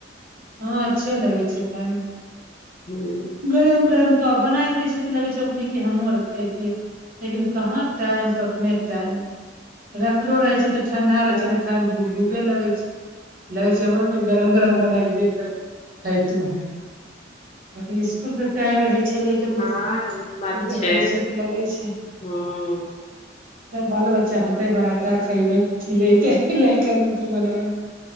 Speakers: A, on the right (about 45°); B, on the left (about 35°).
A: हँ अच्छे लगै छै खायमे।
B: हूँम्म
A: गरम गरम तो बनाय के दै छै तऽ लगे छै ओखनी कि हमूँ आर खइतियै लेकिन कहाँ टाइम कखने टाइम रखलो रहै छै तऽ ठंडा रहे
B: तब
A: छै तऽ खाय मे गुबगुबे लगे छै लगे छै हमरो कोइ गरम गरम
B: तब
A: बना क देतत खेयतू हम जखन इस्सकुल के टाइम रहे छलै <unintelligible>
B: हँ ओ तऽ बात
A: देखै
B: छै
A: छियै तऽ लगे छै।
B: हूँ
A: सब बाल बच्चा होते बड़ा त खेबै खिलैते लइकन बुतरू बना बना